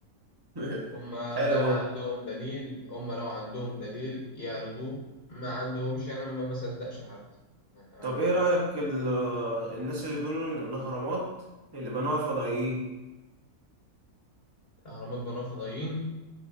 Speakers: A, on the right (about 15°); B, on the left (about 45°).
A: <laughs>
B: هما
A: حلو
B: لو عندهم
A: ده.
B: دليل هما لو عندهم دليل يعرضوه ما عندهمش أنا ما بصدقش حد أنا
A: طب ايه رأيك ال- الناس اللي بيقولوا ان الاهرامات اللي بنوها الفضائيين
B: الأهرامات بنوها فضائيين